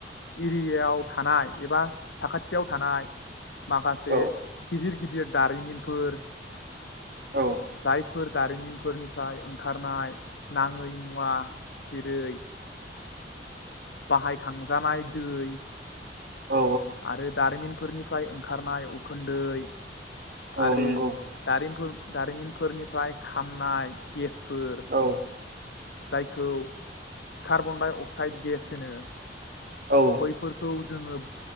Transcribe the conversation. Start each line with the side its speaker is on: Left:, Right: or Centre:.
Left: एरियायाव थानाय एबा साखाथियाव थानाय माखासे
Right: औ
Left: गिजिर गिदि दारिमिनफोर
Right: औ
Left: जाय फोर दारिमिनफोरनिफ्राय ओंखारनाय नाङै मुवा जेरै बाहायखांजानाय दै।
Right: औ
Left: आरो दारिमिन। फोरनिफ्राय ओंखारनाय उखोनन्दै
Right: औ
Left: आरो
Right: नंगौ
Left: दारिमपुर दारिमिनफोरनिफ्राय खामनाय गेस फोर
Right: औ
Left: जायखौ कार्बन डाइ अक्साइड गेस होनो।
Right: औ
Left: बै फोरखौ। जोङो